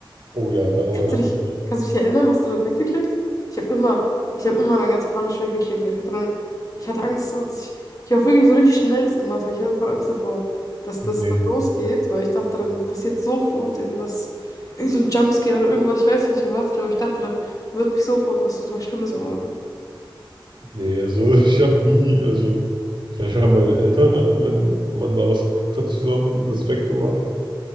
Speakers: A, on the right; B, on the left.
A: Oh ja, da erinnere
B: Kannst du dich,
A: ich mich.
B: kannst du dich erinnern? Hast du dann weggeklickt? Ich habe immer, ich habe immer dann ganz panisch weggeklickt, weil ich hatte dann, ich hatte Angst, so dass ich, ich habe wirklich so richtig schnell das gemacht, weil ich hatte voll Angst davor, dass das
A: Nee,
B: dann losgeht, weil ich dachte, dann passiert sofort irgendwas, irgend so ein Jumpscare oder irgendwas, ich weiß nicht, was ich erwartet habe, aber ich dachte, dann wird mich sofort was total Schlimmes erwarten.
A: Nee, also <laughs> ich habe nie, also vielleicht haben meine Eltern dann, wenn man da was geguckt hat zusammen, das weggemacht.